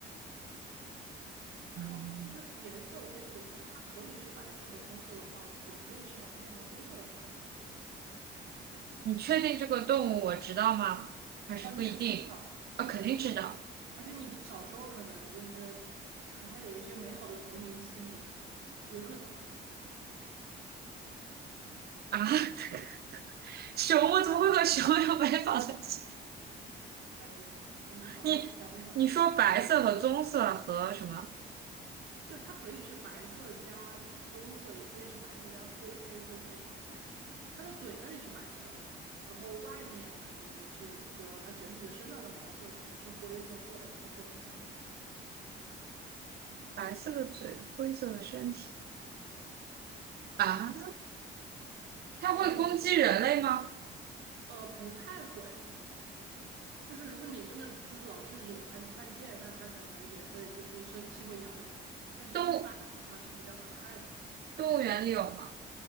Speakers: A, on the right; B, on the right.
A: 嗯，
B: 哦就是颜色我可以补充一下，它可以是白色和棕色的花纹，也可以是白色和灰色的花纹。
A: 你确定这个动物我知道吗？还是不一定？
B: 哦，你肯定知道，
A: 啊，
B: 你肯定知道，
A: 肯定知道
B: 而且你小时候可能就是和他有一些美好的童年记忆，<laughs> 有可能啊。
A: 啊。<laughs> 熊，我怎么会和熊有 <laughs> 白发在一起？
B: 哎呀，你你好好想一想吧，
A: 你你说白色和棕色和什么？
B: 就它可以是白色加棕色，也可以是白色加灰黑灰黑这种感觉。它的嘴那里是白色的，然后外面可能是，比如说它整体的身上的毛色可能是灰色或者说是棕色，
A: 白色的嘴，灰色的身体。啊，它会攻击人类吗？
B: 也可以，呃，不太会。就是如果你真的就是老去惹它，你犯贱，那它可能也会就是生气会咬你吧。但是一般的话是比较可爱的。
A: 动物动物园里有吗？